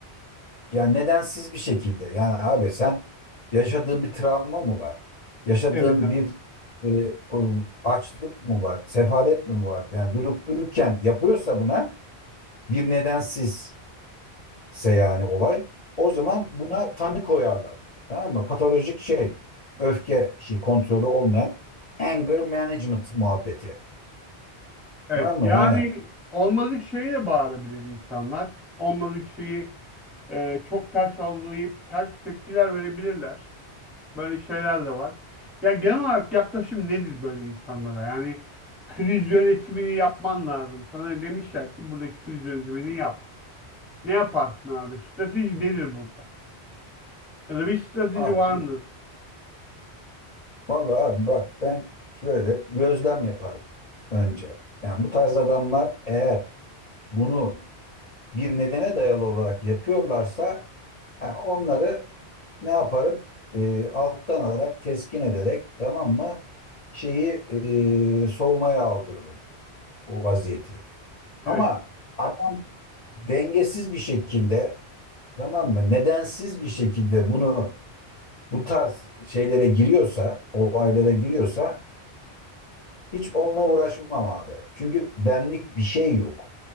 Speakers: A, on the left; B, in the centre.
A: yani nedensiz bir şekilde. Yani abi sen yaşadığın bir travma mı var? Yaşadığın
B: Evet abi.
A: bir e, o açlık mı var? Sefalet mi var? Yani durup dururken yapıyorsa buna bir nedensizse yani olay. O zaman buna tanı koyarlar. Tamam mı? Patolojik şey. Öfke şey kontrolü olmayan anger management muhabbeti.
B: Evet.
A: Tamam mı?
B: Yani
A: Yani
B: olmadık şeyi de bağırabilir insanlar. Olmadık şeyi e, çok ters algılayıp ters tepkiler verebilirler. Böyle şeyler de var. Ya genel olarak yaklaşım nedir böyle insanlara? Yani kriz yönetimini yapman lazım. Sana demişler ki buradaki kriz yönetimini yap. Ne yaparsın abi? Strateji nedir burada? Ya da bir strateji
A: abi,
B: var mıdır?
A: Vallahi abi bak ben şöyle gözlem yaparım önce. Yani bu tarz adamlar eğer bunu bir nedene dayalı olarak yapıyorlarsa ha, onları ne yaparım? Ee, alttan alarak, teskin ederek tamam mı? Şeyi ee, soğumaya aldırırım o vaziyeti. Ama
B: Evet.
A: adam dengesiz bir şekilde tamam mı? Nedensiz bir şekilde bunu bu tarz şeylere giriyorsa, olaylara giriyorsa Hiç onunla uğraşmam abi. Çünkü benlik bir şey yok.